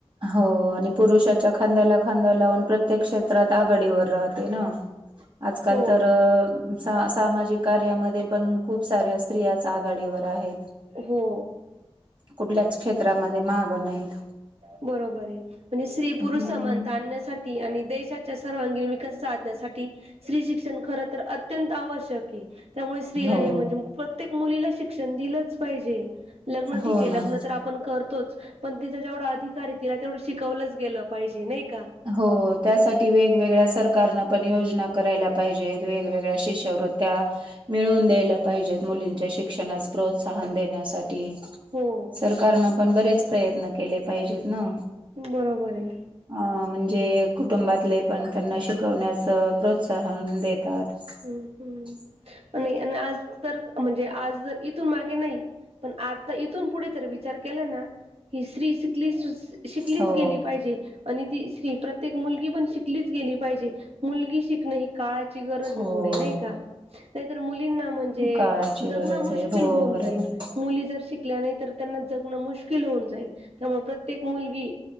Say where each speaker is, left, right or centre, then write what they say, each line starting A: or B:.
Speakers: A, on the right; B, on the right.
A: हो आणि पुरुषाच्या खांद्याला खांदा लावून. प्रत्येक क्षेत्रात आघाडीवर राहते ना. आजकाल
B: हो
A: तर सा सामाजिक कार्यामध्ये पण खूप साऱ्या स्त्रियाच आघाडीवर आहेत.
B: हो
A: कुठल्याच क्षेत्रामध्ये माघ नाहीत.
B: बरोबरे. म्हणजे स्त्री पुरुष
A: हम्म
B: समानता आणण्यासाठी. आणि देशाच्या सर्वांगीण विकास साधण्यासा ठी. स्त्री शिक्षण खर तर अत्यंत आवश्यके. त्यामुळे स्त्रीला
A: हो
B: हे, म्हणजे प्रत्येक मुलीला शिक्षण दिलंच पाहिजे. लग्न
A: हो
B: ठीके
A: ना.
B: लग्न तर आप पण करतोच. पण तिचा जेवढा अधिकारे, तिला तेवढं शिकवलंच गेलं पाहिजे नाही का?
A: हो त्यासाठी वेगवेगळ्या सरकारनं पण योजना करायला पाहिजेत. वेगवेगळ्या शिष्यवृत्त्या मिळवून द्यायला पाहिजेत. मुलींच्या शिक्षणास प्रोत्साहन देण्यासाठी.
B: हो.
A: सरकारनं पण बरेच प्रयत्न केले पाहिजेत ना?
B: बरोबर हाय.
A: अ म्हणजे कुटुंबातले पण त्यांना शिकवण्याच प्रोत्साहन देतात. <inaudible>
B: हम्म, हम्म. नाही आण आज तर म्हणजे आज इथून मागे नाही. पण आता इथून पुढे जर विचार केला ना ही श्री शिकली सुशित ''--'' शिकलीच
A: हो
B: गेली पाहिजे आणि ती स्त्री प्रत्येक मुलगी पण शिकलीच गेली पाहिजे मुलगी शि''--'' नाही काळाची गरज
A: हो
B: आहे पुढे नाही का. का नाही तर मुलींना म्हणजे
A: काळाची
B: जगणं
A: गरज
B: मुश्किल
A: आहे हो
B: होऊन
A: बरोबर
B: जाईल
A: आहे.
B: मुली जर शि''--'' कल्या नाही तर त्यांना जगणं मुश्किल होऊन जाईल त्यामुळे प्रत्येक मुलगी.